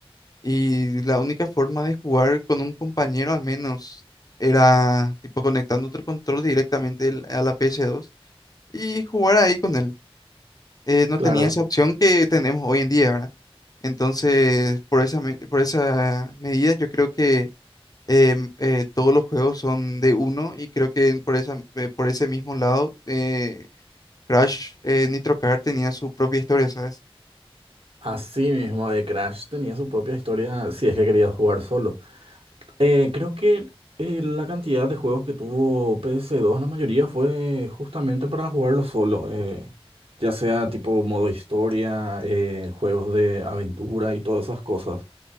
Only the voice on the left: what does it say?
Y la única forma de jugar con un compañero, al menos, era tipo conectando otro control directamente el- a la PS2 y jugar ahí con él. Eh, no
tenía esa opción que tenemos hoy en día, ¿verdad? Entonces, por esa, me- por esa medida, yo creo que em, eh, todos los juegos son de uno y creo que en- por esa, eh, por ese mismo lado, eh, Crash eh, Nitro Kart tenía su propia historia, ¿sabes?